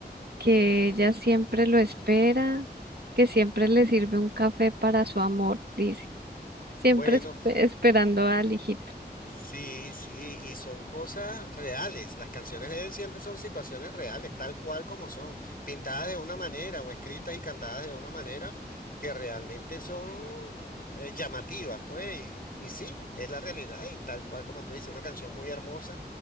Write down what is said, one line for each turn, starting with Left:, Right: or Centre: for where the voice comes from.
Right: que ella siempre lo espera, que siempre le sirve un café para su amor, dice. Siempre
Left: Bueno.
Right: espe- esperando al hijito.
Left: Sí, sí, y son cosas reales. Las canciones de él siempre son situaciones reales, tal cual como son, pintadas de una manera o escritas y cantadas de una manera que realmente son eh, llamativas, pues, y, y sí, es la realidad y tal cual como tú dices, una canción muy hermosa